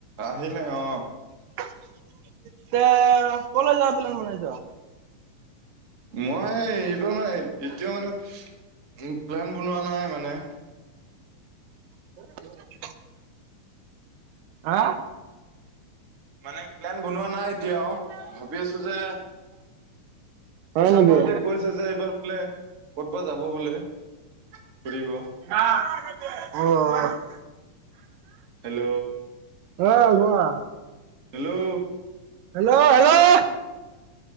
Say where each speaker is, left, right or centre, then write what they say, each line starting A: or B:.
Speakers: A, on the right (about 35°); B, on the right (about 80°).
A: আহিলে অ।
B: <unintelligible> কলে যোৱা প্লেন বনাইছ?
A: মই এইব মানে এতিয়া মানে উম প্লেন বনোৱা নাই মানে।
B: <inaudible> আ?
A: মানে প্লেন বনোৱা নাই এতিয়াও, ভাবি আছো যে
B: হয়
A: শশাংক
B: নেকি?
A: হঁতে কৈছে যে এইবাৰ বোলে ক'ত বা যাব বোলে ফুৰিব।
B: অ।
A: হেল্ল'।
B: অ গোৱা।
A: হেল্ল'
B: হেল্ল' হেল্ল'